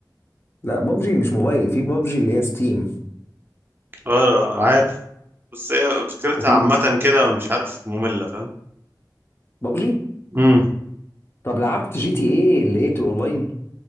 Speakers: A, on the left (about 30°); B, on the right (about 30°).
A: لا بابجي مش موبايل في بابجي اللي هي ستيم
B: اه عارف بس هي فكرتها
A: وفي
B: عامة كده مش عارف مملة فاهم
A: بابجي
B: امم
A: طب لعبت جي تي ايه اللي هي بتبقى اونلاين